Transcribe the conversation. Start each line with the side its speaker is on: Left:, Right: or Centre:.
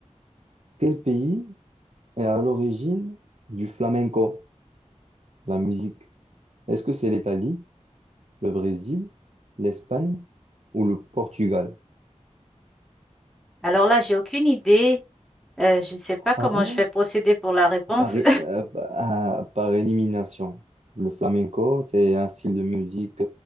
Right: quel pays est à l'origine du flamenco, la musique? Est-ce que c'est l'Italie, le Brésil, l'Espagne ou le Portugal?
Centre: Alors là, j'ai aucune idée. Euh, je ne sais pas comment
Right: Ah ouais?
Centre: je vais procéder pour la réponse.
Right: Par, é- euh, à- par élimination. Le flamenco, c'est un style de musique